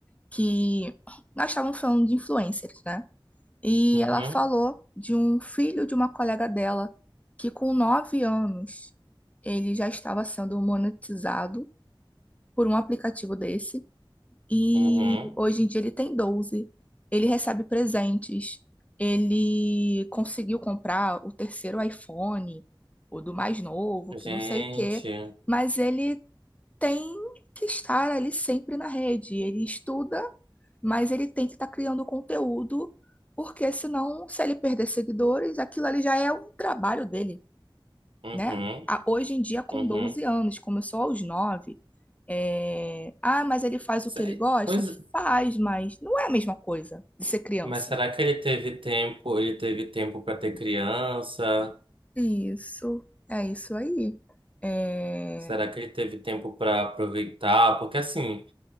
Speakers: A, on the left; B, on the right.
A: que nós estávamos falando de influencers, né? E
B: Uhum.
A: ela falou de um filho de uma colega dela que, com nove anos, ele já estava sendo monetizado por um aplicativo desse. E
B: Uhum.
A: hoje em dia ele tem doze, Ele recebe presentes. Ele conseguiu comprar o terceiro iPhone, o do mais novo,
B: Gente.
A: que não sei o quê. Mas ele tem que estar ali sempre na rede. Ele estuda, mas ele tem que estar criando conteúdo, porque senão, se ele perder seguidores, aquilo ali já é o trabalho dele,
B: Uhum.
A: né? A- Hoje em dia, com
B: Uhum.
A: 12 anos, começou aos nove É, Ah, mas ele faz o
B: Se-
A: que ele gosta?
B: Pois,
A: Faz, mas não é a mesma coisa de ser criança.
B: mas será que ele teve tempo? Ele teve tempo para ter criança?
A: Isso, é isso aí. É,
B: Será que ele teve tempo para aproveitar? Porque assim,